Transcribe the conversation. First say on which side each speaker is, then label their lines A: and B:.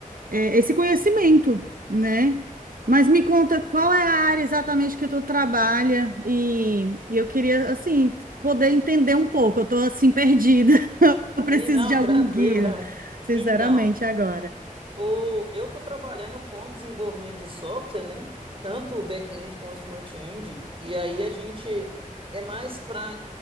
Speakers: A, on the right; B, on the right.
A: é, esse conhecimento, né? Mas me conta qual é a área exatamente que tu trabalha e, e eu queria, assim, poder entender um pouco. Eu tô, assim, perdida. <laughs> Eu preciso
B: Sim, não,
A: de algum
B: tranquilo.
A: guia,
B: <laughs>
A: sinceramente,
B: Então,
A: agora.
B: O, eu estou trabalhando com desenvolvimento de software, né? Tanto o back-end quanto o front-end. E aí a gente é mais para